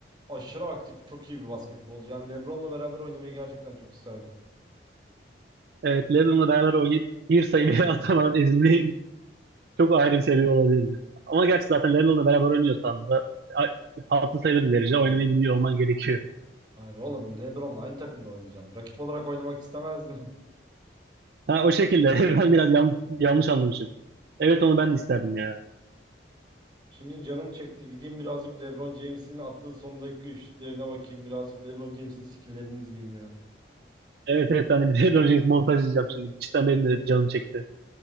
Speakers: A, on the right; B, on the right.
A: aşırı aktif, çok iyi bir basketbolcu. Yani LeBron'la beraber oynamayı gerçekten çok isterdim.
B: Evet, Lennon'la beraber oynayıp bir sayı <laughs> atamadan ezildiği çok ayrı bir seviye olabilirdi. Ama gerçi zaten Lennon'la beraber oynuyorsan da a- altı sayılı bir derece oynamayı biliyor olman gerekiyor.
A: Hayır oğlum LeBron'la aynı takımda oynayacaksın. Rakip olarak oynamak istemezdim.
B: Ha o şekilde. <laughs> Ben biraz yanlış, yanlış anlamışım. Evet onu ben de isterdim ya.
A: <laughs> Şimdi canım çekti. Gideyim birazcık LeBron James'in attığı son dakika üçlüklerine bakayım. Birazcık LeBron James'in skill'lerini izleyeyim ya.
B: Evet evet ben de bir <laughs> LeBron James montaj izleyeceğim şimdi. Cidden benim de canım çekti.